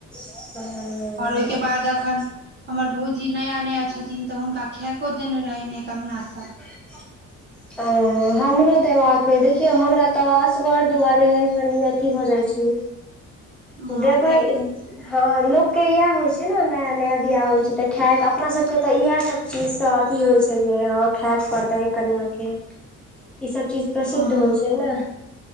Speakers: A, in the centre; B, on the right (about 35°).
A: ह
B: और ओहिके बाद अखन हमर भौजी नया नया छथिन तऽ हुनका खेको देने रहे ने अंगगना से
A: <inaudible> ओ हमरो देबाक हे देखियऔ हमरा तऽ असगर दुआरे ह कनि अी भऽ जाइ छी
B: <inaudible>
A: गेबयी
B: तऽ एक
A: हँ लोकके इएह होइ छै ने नया नया बियाह होइ छै तऽ खायक अपना सबके तऽ इएह सब चीज सब अी होइ छै जे य खायके पड़तै कनिय के ई सब चीज प्रसिद्ध
B: हँ
A: होइ छै ने